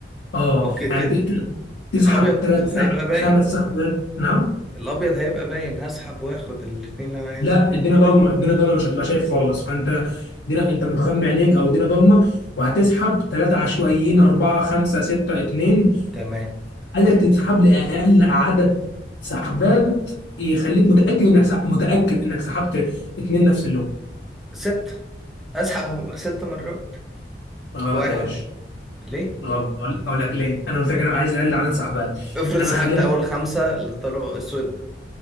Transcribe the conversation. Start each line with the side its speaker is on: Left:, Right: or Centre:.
Left: اه
Centre: اوكي
Left: يعني
Centre: كده
Left: ت- ت- تسحب
Centre: الابيض
Left: ثلاث
Centre: هيبقى
Left: سحب
Centre: باين
Left: خمس سحبات نعم
Centre: الابيض هيبقى باين هسحب واخد الاتنين اللي انا عايزه
Left: لا الدنيا ضلمه الدنيا ضلمه مش هتبقى شايف خالص فانت الدنيا انت متغمي عينيك او الدنيا ضلمه وهتسحب ثلاثه عشوائيين اربعه خمسه سته اثنين
Centre: تمام
Left: عايزك تسحب لاقل عدد سحبات يخليك متاكد انك سح... متاكد انك سحبت اثنين نفس اللون
Centre: ست اسحب ست مرات
Left: غلط
Centre: واحد
Left: يا باشا
Centre: ليه
Left: غلط اقول أقول لك ليه انا قلت لك انا عايز اقل عدد سحبات
Centre: افرض
Left: انا
Centre: سحبت
Left: خليني
Centre: اول خمسة اللي طلعوا اسود